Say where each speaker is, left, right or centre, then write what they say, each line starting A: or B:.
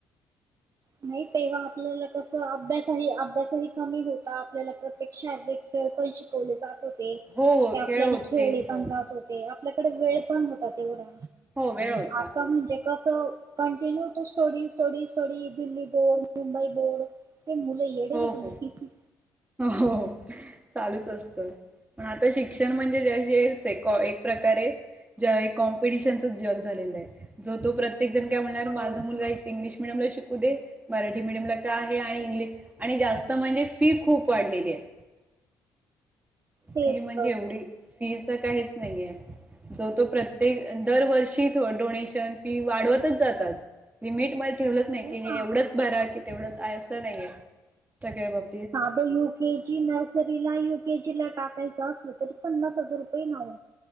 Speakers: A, on the right; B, on the right.
A: नाही तेव्हा आपल्याला तस अभ्यासही अभ्यासही कमी होता आपल्याला प्रत्येक श खेळ पण शिकवले जात होते
B: हो हो
A: ते आपल्याने
B: खेळ होते
A: खेळले
B: हो
A: पण जात होते आपल्याकडे वेळ पण होतात तेवढा
B: हो वेळ होता
A: आता
B: हो
A: म्हणजे कसं कंटिन्यू तो story story story Delhi board Mumbai board ते मुलं येडे
B: हो
A: झाले
B: हो
A: की
B: हो चालूच असत ण आता शिक्षण म्हणजे जेच एक प्रकारे ज कॉम्पिटिशनच जग झालेलं आहे जो तो प्रत्ये प्र्यक जण काय म्हणणार
A: हो
B: माझा मुलगा इथ इंग्लिश मिीडियमला शिकू दे मराठी मीडियमला काय आहे आणि इंग्लि आणि जास्त म्हणजे फी खूप वाढलेली आहे
A: तेच
B: फी म्हणजे
A: तर
B: एवढी फीच काहीच नाहीये जो तो प्रत्येक दरवर्षी डोनेशन फी वाढवतच जातात लिमिट मध्ये ठेवलंच नाही
A: हो
B: की
A: ना
B: हे एवढंच बर की तेवढंच आहे असं नाहीय त्यागे बाब
A: साध यू केे जी नैस यकेजी ला टाकायच असलं तरी पन्नास हजार रुपये नाव